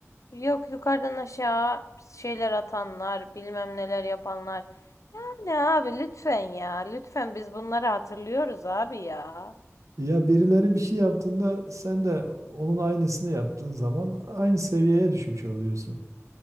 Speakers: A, on the left; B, on the right.
A: yok yukarıdan aşağı şeyler atanlar, bilmem neler yapanlar. Yani abi lütfen ya. Lütfen biz bunları hatırlıyoruz abi ya.
B: Ya birileri bir şey yaptığında sen de onun aynısını yaptığın zaman aynı seviyeye düşmüş oluyorsun.